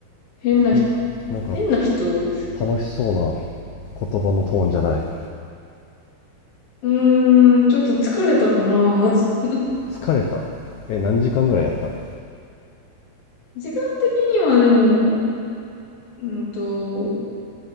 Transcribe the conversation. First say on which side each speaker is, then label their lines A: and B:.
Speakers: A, on the left; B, on the left.
A: 変なひ、
B: えなんか
A: 変な人。
B: 楽しそうな言葉のトーンじゃない
A: うーん、ちょっと疲れたかな。<laughs>
B: 疲れたえ何時間ぐらいやったの
A: 時間的にはでも、うんと、